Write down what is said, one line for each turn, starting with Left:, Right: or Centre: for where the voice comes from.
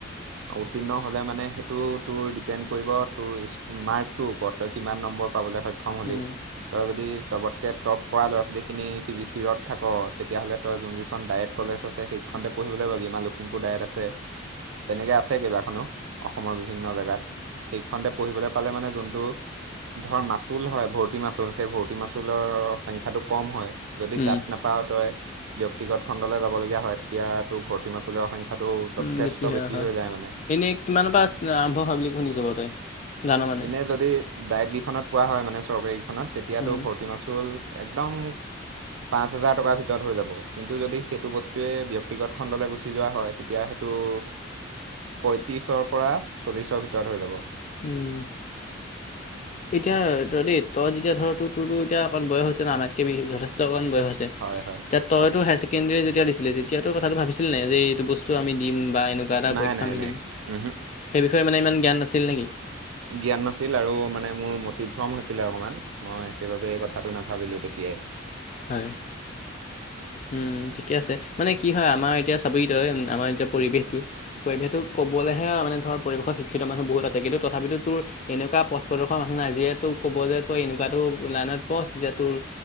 Right: উত্তীৰ্ণ হ'লে মানে সেইটো তোৰ ডিপেণ্ড কৰিব তোৰ মাৰ্কটোৰ ওপৰত তই কিমান নম্বৰ পাবলৈ হয়- ক্ষম হলি
Left: উম
Right: তই যদি চবতকে টপ- কৰা ল'ৰা ছোৱালীখিনি শি শিৰত থাক তেতিয়াহ'লে তই যোনকেইখন ডায়েট কলেজ আছে সেইখনতে- পঢ়িবলৈ পাবি আমাৰ লখিমপুৰ ডায়েত আছে। তেনেকে আছে কেইবাখনো অসমৰ বিভিন্ন জেগাত সেইকেইখনতে পঢ়িবলৈ পালে মানে যোনটো- ধৰ মাচুল হয় ভৰটি মাচুল সেই ভৰটি মাচুলৰ সংখ্যাটো কম হয়। যদি
Left: উম
Right: তাত নাপাও তই ব্যক্তিগত খণ্ডলৈ যাব লগীয়া হয় তেতিয়া তোৰ ভৰ্তি মাচুল সংখ্যা- টো যথেষ্ট।
Left: উম বেছি হয়
Right: বেছি
Left: হয়,
Right: হৈ যায় মানে
Left: এনেই কিমানৰ পাছ আৰম্ভ হয় বুলি শুনিছ বাৰু তই। জান মানে
Right: এনে যদি ডায়েক গিখনত পোৱা হয় মানে চৰকাৰীগিখনত তেতিয়াতো
Left: উম
Right: ভৰ্তি- মাচুল একদম- পাঁচ হাজাৰ টকাৰ ভিতৰত হৈ যাব কিন্তু যদি সেইটো বস্তুৱে ব্যক্তিগত খণ্ডলৈ গুচি যোৱা হয় তেতিয়া টো পয়ত্ৰিশৰ পৰা চল্লিশৰ ভিতৰত হৈ যাব
Left: উম এতিয়া তই দেই তই যেতিয়া ধৰ তো তোৰতো এতিয়া অকণ বয়স হৈছে ন আমাতকে বি যথেষ্ট অকণ বয়স হৈছে
Right: হয় হয়
Left: যে তইতো
Right: হয়
Left: হায়াৰ চেকেণ্ডেৰী যেতিয়া দিছিল তেতিয়াাতো কথাটো ভাবিছিল নে যে এইটো বস্তু আমি দিম বা এনো কিবা এটা
Right: নাই
Left: পৰীক্ষা
Right: নাই
Left: আমি
Right: নাই
Left: দিম
Right: উহু
Left: সেই বিষয়ে মানে ইমান জ্ঞান নাছিল নেকি
Right: জ্ঞান নাছিল আৰু মানে মোৰ মটিভ্ৰম হৈছিলে অকণমান মই সেইবাবে এই কথাটো নাভ ভাবিলো তেতিয়াই
Left: হয় উম ঠিকে আছে মানে কি হয় আমাৰ এতিয়া চাবি তোই আমাৰ এতিয়া পৰিৱেশটো পৰিৱেশটো ক'বলৈহে আৰু মানে ধৰ পৰিৱেশত শিক্ষিত মানুহ বহুত আছে কিন্তু তথাপিতো তোৰ এনেকোৱা পথ প্ৰদৰ্শ মানুহ নাই যিয়ে তোক কব যে তই এনেকোৱাতো লাইনত পঢ় তেতিয়া তোৰ